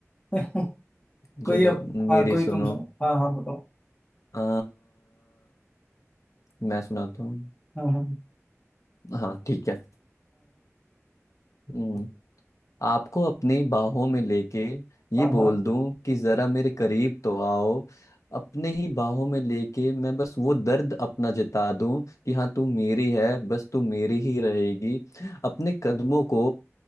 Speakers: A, on the left (about 25°); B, on the left (about 80°).
A: <laughs>
B: <laughs>
A: कोई
B: चलो
A: अब
B: मेरी
A: हाँ कोई तुम
B: सुनो
A: सुनो हाँ हाँ बताओ
B: अ, मैं सुनाता हूँ
A: हाँ हाँ
B: हाँ ठीक है हम्म, आपको अपनी बाहों में लेके ये
A: हाँ हाँ
B: बोल
A: हाँ
B: दूं कि जरा मेरे करीब तो आओ अपने ही बाहों में लेके मैं बस वो दर्द अपना जता दूं कि हाँ तू मेरी है बस तू मेरी ही रहेगी अपने कदमों को